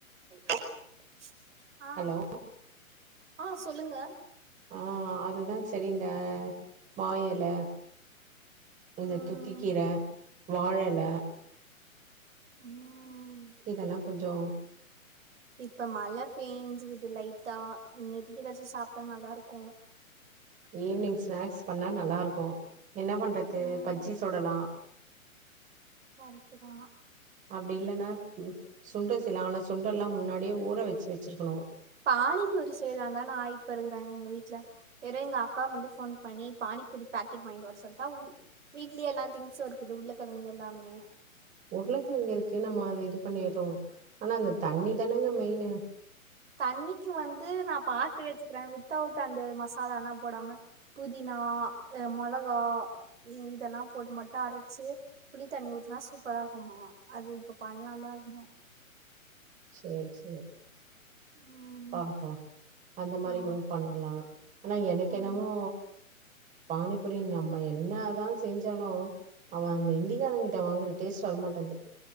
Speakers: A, on the right; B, on the right.
A: <unintelligible> ஆ
B: ஹலோ
A: ஆ சொல்லுங்க
B: ஆ அதுதா செரிண்டா மா இல இந்த
A: ம்
B: துத்திக்கீர வாழேல
A: ம்
B: இதெல்லா கொஞ்சோ
A: இப்ப மழ பேஞ்சுக்குது லைட்டா இங்க எதுது கெடச்சா சாப்பிட்ட நல்லாருக்கு
B: ஈவினிங் ஸ்நாக்ஸ் பண்ண நல்லாருக்கு என்ன பண்றது
A: ம்
B: பஜ்ஜி சூடலா
A: கரெக்ட்டு தா
B: அப்டி இல்லன்னா ம் சுண்டல் செய்லா ஆனா சுண்டெல்லா முன்னாடியே ஊற வச்சு வச்சிருக்கணு
A: தானிப்பூரி செய்லான் தா நா இப்ப இருக்கறே எங்க வீட்டுல இரேங் அக்கா வந்து ஃபோன் பண்ணி பானிபூரி பேக்கெட் வாங்கிட்டு வர சொல்ட்டா உன்னி வீட்லயே எல்லா திங்ஸ் இருக்குது உள்ள கிழங்கு எல்லாமே
B: உருளக்கெழங்கு இருக்கு நம்ம அத இது பண்ணிறோ ஆனா அந்த தண்ணி தானங்க மெய்னு
A: தண்ணிக்கு வந்து நா பாத்து வச்சுக்கிறே வித்தவுட் அந்த மசால எல்லா போடாம புதினா அ மொளகா இ இதெல்லா போட்டு மட்டு அரைச்சு புளி தண்ணி ஊத்தினா சூப்பரா இருக்குமா அது இப்ப பண்ணலா தா இருந்தே
B: சேர் சேர்
A: ம்
B: பாக்கலா அந்த மாரி
A: ஆ
B: கூட பண்ணலா ஆனா எனக்கு என்னமோ
A: ஆ
B: பானிபுரி நம்ம என்னதான் செஞ்சாலு அவன் அந்த இந்திகாரன்ட்ட வாங்கற டேஸ்ட்டு வரமாட்டன்து